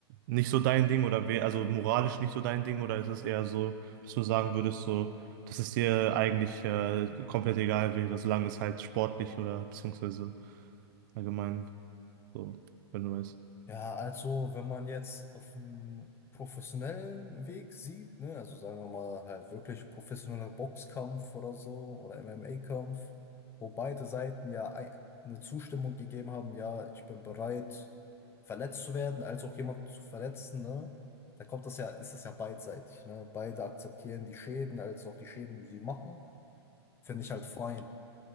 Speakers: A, on the right; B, on the left.
A: nicht so dein Ding oder wäre also moralisch nicht so dein Ding oder ist es eher so, dass du sagen würdest, so, dass es dir eigentlich äh, komplett egal wäre, solange es halt sportlich oder beziehungsweise allgemein so, wenn du weißt.
B: Ja, also wenn man jetzt auf dem professionellen Weg sieht, ne, also sagen wir mal halt wirklich professioneller Boxkampf oder so oder MMA-Kampf, wo beide Seiten ja ei- eine Zustimmung gegeben haben, ja, ich bin bereit, verletzt zu werden, als auch jemand zu verletzen, ne, da kommt das ja, ist das ja beidseitig, ne, beide akzeptieren die Schäden, als auch die Schäden, die sie machen, finde ich halt fein.